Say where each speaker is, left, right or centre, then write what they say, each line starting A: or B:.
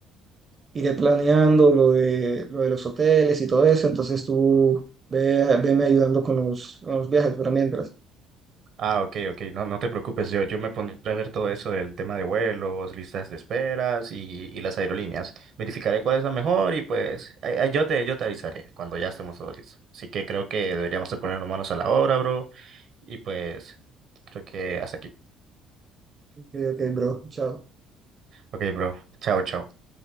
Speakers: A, on the right; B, on the right.
A: iré planeando lo de, lo de los hoteles y todo eso. Entonces tú ve, veme ayudando con los, con los viajes, pero mientras.
B: Ah, ok, ok, no, no te preocupes, yo, yo me pondré a ver todo eso del tema de vuelos, listas de esperas y, y las aerolíneas. Verificaré cuál es la mejor y pues ay, ay, yo te, yo te avisaré cuando ya estemos todos listos. Así que creo que deberíamos de ponernos manos a la obra, bro. Y pues creo que hasta aquí.
A: Ok, ok, bro, chao.
B: Ok, bro, chao, chao.